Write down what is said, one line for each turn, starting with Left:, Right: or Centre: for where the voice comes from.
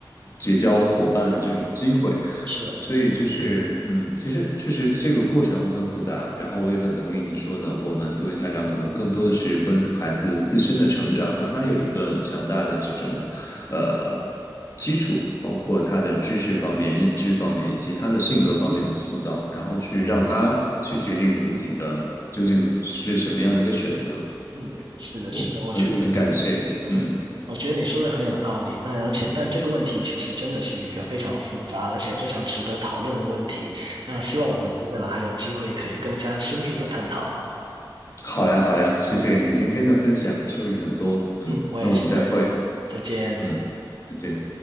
Left: 结交伙伴的这种机会。
Right: 是，
Left: 所以就嗯是，嗯，其实确实这个过程很复杂，然后我也很同意你说的，我们作为家长可能更多的是关注孩子自身的成长，让他有一个强大的这种，呃。基础，包括他的知识方面、认知方面，以及他的性格方面的塑造，然后去让他去决定自己的究竟是什么样的一个选择。
Right: 嗯，
Left: 对，
Right: 是的，
Left: 我很很感谢，
Right: 是的，我觉得你，嗯，
Left: 嗯，
Right: 我觉得你说的很有道理。那而且，但这个问题其实真的是一个非常复杂，而且非常值得讨论的问题。那希望我们接下来还有机会可以更加深入的探讨。
Left: 好呀，好呀，谢谢你今天的分享，
Right: 嗯
Left: 受益很多，嗯，
Right: 嗯，我也是，
Left: 那我们再会，
Right: 我也是，再见。
Left: 嗯，再见。